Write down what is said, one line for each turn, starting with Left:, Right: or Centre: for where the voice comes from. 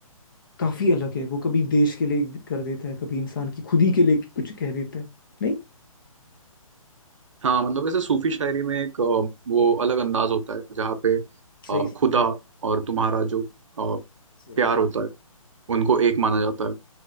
Left: काफी अलग है वो कभी देश के लिए कर देता है कभी इंसान की खुदी के लिए कुछ कह देता है नहीं
Right: हाँ मतलब ऐसे सूफी शायरी में एक अ, वो अलग अंदाज होता है जहाँ पे
Left: सही
Right: अ, खुदा और तुम्हारा जो अ,
Left: सही
Right: प्यार होता है उनको एक माना जाता है